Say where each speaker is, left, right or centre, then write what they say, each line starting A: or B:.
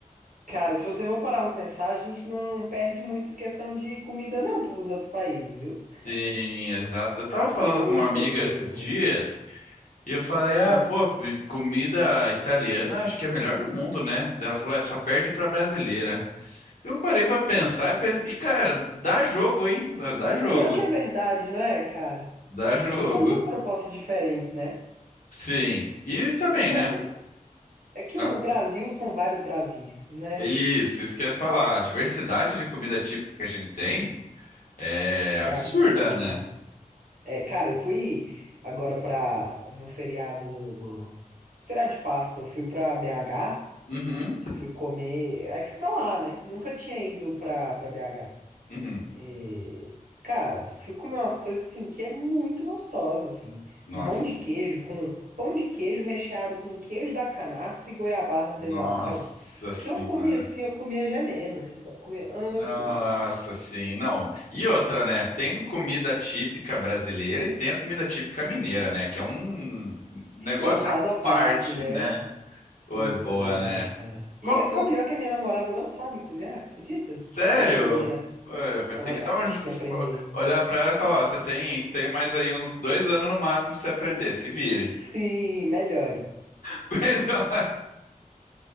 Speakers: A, on the right; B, on the left.
A: Cara, se você for parar pra pensar, a gente não perde muito questão de comida, não, pros outros países, viu?
B: Sim, exato. Eu tava falando
A: Muita
B: com uma amiga
A: coisa
B: esses
A: boa.
B: dias e eu falei: ah,
A: Hum.
B: pô, comida italiana acho que é a melhor do mundo, né? Daí Ela falou: é, só perde pra brasileira. Eu parei pra pensar e pensei, e cara, dá jogo, hein? Dá, dá jogo,
A: Pior que a verdade, não é, cara?
B: dá jogo.
A: É que são duas propostas diferentes, né?
B: Sim. E também,
A: Que Bra-
B: né?
A: o- É que
B: Ah,
A: o o Brasil são vários Brasis, né?
B: Isso, isso que eu ia falar. A diversidade de comida típica que a gente tem é absurda,
A: É absurdo.
B: né?
A: É, cara, eu fui agora pra. no feriado do, do- feriado de Páscoa, eu fui pra BH,
B: Uhum,
A: fui comer, aí fui pra lá, né? Nunca tinha ido pra, pra BH.
B: uhum.
A: E, cara, fui comer umas coisas assim que é muito gostosa, assim.
B: Nossa.
A: Um pão de queijo com pão de queijo recheado com queijo da canastra e goiabada artesanal.
B: Nossa senhora.
A: Que eu comia assim, eu comia gemendo, assim, eu comia, ai,
B: Nossa
A: que delícia.
B: sim, não. E outra, né? Tem comida típica brasileira e tem a comida típica mineira, né? Que é um negócio
A: É um caso
B: à
A: à parte,
B: parte,
A: né?
B: né? Ou
A: Putz,
B: é boa,
A: é verdade,
B: né?
A: cara.
B: Qual,
A: E isso- o pior é que a minha namorada não sabe cozinhar, você acredita?
B: Sério?
A: E ela é mineira.
B: Ué, Vai
A: Ela,
B: ter
A: vai-
B: que dar
A: ela
B: um je-
A: tem que aprender.
B: olhar pra ela e falar, ó, você tem, você tem mais aí uns dois anos no máximo pra você aprender, se vire.
A: Sim, melhore.
B: <laughs> Melhor.